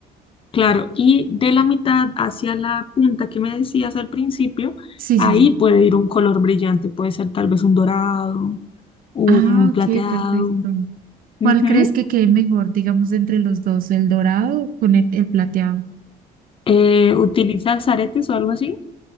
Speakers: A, on the left (about 30°); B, on the right (about 55°).
A: Claro, y de la mitad hacia la punta que me decías al principio,
B: Sí,
A: ahí
B: sí, sí.
A: puede ir un color brillante, puede ser tal vez un dorado, un
B: Ah, ok,
A: plateado.
B: perfecto.
A: Ujú.
B: ¿Cuál crees que quede mejor, digamos, entre los dos, el dorado con el, el plateado?
A: Eh, ¿utilizas aretes o algo así?